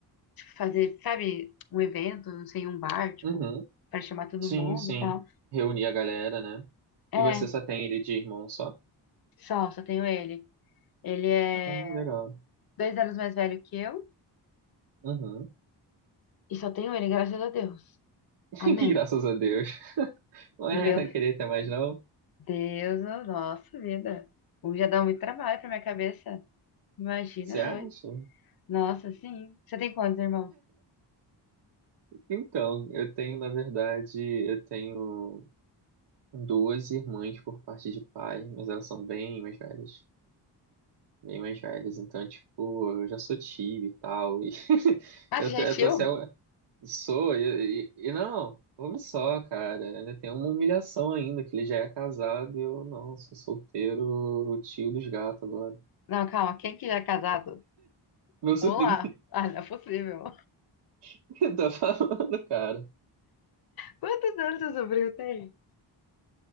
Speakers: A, on the left; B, on the right.
A: Fazer, sabe, um evento, não sei, um bar, tipo,
B: Uhum.
A: pra chamar todo
B: Sim,
A: mundo
B: sim.
A: e tal.
B: Reunir a galera, né?
A: É,
B: E você só tem ele de irmão só?
A: só, só tenho ele. Ele é
B: Ah, legal.
A: dois anos mais velho que eu,
B: Uhum.
A: e só tenho ele, graças a Deus.
B: <laughs>
A: Amém.
B: Que graças a Deus. <laughs> Não
A: Meu
B: é querer ter mais, não?
A: Deus, oh, nossa vida. Um já dá muito trabalho pra minha cabeça. Imagina
B: Você
A: dois.
B: acha?
A: Nossa, sim. Você tem quantos irmãos?
B: Então, eu tenho, na verdade, eu tenho. duas irmãs por parte de pai, mas elas são bem mais velhas. Bem mais velhas. Então, tipo, eu já sou tio e tal. E <laughs>
A: Ah,
B: eu
A: você já
B: tô,
A: é
B: eu
A: tio?
B: tô assim, eu sou, e, e, e não, ouve só, cara. Ainda tem uma humilhação ainda, que ele já é casado e eu não, sou solteiro, tio dos gatos agora.
A: Não, calma. Quem que já é casado?
B: Meu sobrinho
A: Vamos lá. Ah, não é possível.
B: <laughs> que tá falando, cara.
A: Quantos anos seu sobrinho tem?